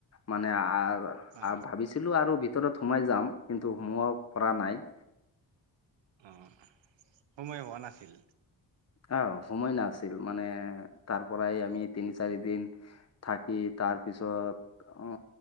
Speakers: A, on the left; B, on the right.
A: মানে আ
B: অ অ
A: ভাবিছিলো আৰু ভিতৰত সোমাই যাম কিন্তু সোমাব পৰা নাই।
B: অ সময় হোৱা নাছিল।
A: আ সময় নাছিল মানে তাৰ পৰাই
B: অ
A: আমি তিনি চাৰি দিন থাকি তাৰপিছত অ